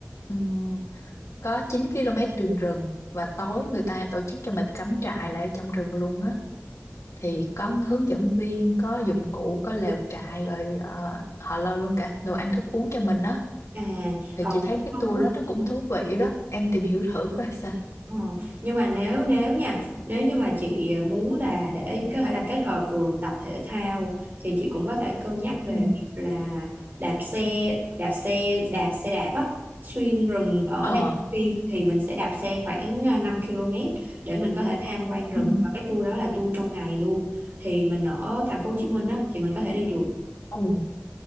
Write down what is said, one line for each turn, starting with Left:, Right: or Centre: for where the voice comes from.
Left: ừm, có 9 km đường rừng và tối người ta tổ chức cho mình cắm trại lại trong rừng luôn á thì có hướng dẫn viên có dụng cụ có lều trại rồi ờ, họ lo luôn cả đồ ăn thức uống cho mình á
Right: à
Left: thì
Right: còn
Left: chị thấy
Right: nếu
Left: cái
Right: không
Left: tour
Right: á
Left: đó nó cũng thú vị đó em tìm hiểu thử coi sao
Right: Ờ, Nhưng mà nếu nếu nha nếu như mà chị ờ, muốn là để có thể là kết hợp vừa tập thể thao thì chị cũng có thể cân nhắc về
Left: Ừ.
Right: việc là đạp xe đạp xe đạp xe đạp á xuyên rừng ở
Left: ờ
Right: Nam Phi thì mình sẽ đạp xe khoảng ờ, 5 km để mình có thể tham quan rừng
Left: ừ.
Right: và cái tour đó là tour trong ngày luôn thì mình ở thành phố Hồ Chí Minh á thì mình có thể đi được
Left: ừ.